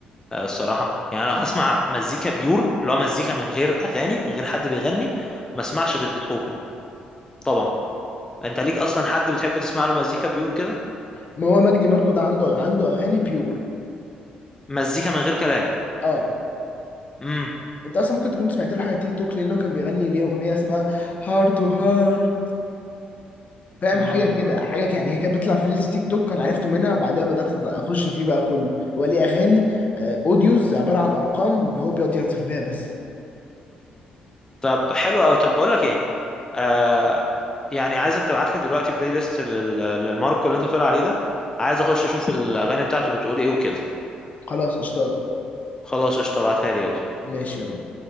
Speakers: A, on the left; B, on the left.
A: آه الصراحه يعني لو هسمع مزيكا بيور اللي هو مزيكا من غير اغاني من غير حد بيغني ما اسمعش غير بيتهوفن طبعا انت ليك اصلا حد بتحب تسمع له مزيكا بيور كده
B: ما هو مجدي ماركو ده عنده عنده اغاني بيور
A: مزيكا من غير كلام
B: اه
A: امم
B: انت اصلا ممكن تكون سمعت له حاجه تيك توك لانه كان بيغني ليه اغنيه اسمها هارت تو هارت فاهم
A: امم
B: حاجه كده حاجه كان هي كانت بتطلع في ريلز تيك توك انا عرفته منها بعدها بدات اخش فيه بقى كله هو ليه اغاني آه، اوديوز عباره عن ارقام هو بيقعد يعزف بيها بس
A: طب حلو قوي طب بقول لك ايه آه يعني عايزك تبعت لي دلوقتي بلاي ليست لل- لماركو اللي انت بتقول عليه ده عايز اخش اشوف الاغاني بتاعته بتقول ايه وكده
B: خلاص قشطه
A: خلاص قشطه ابعتها لي يلا
B: ماشي يلا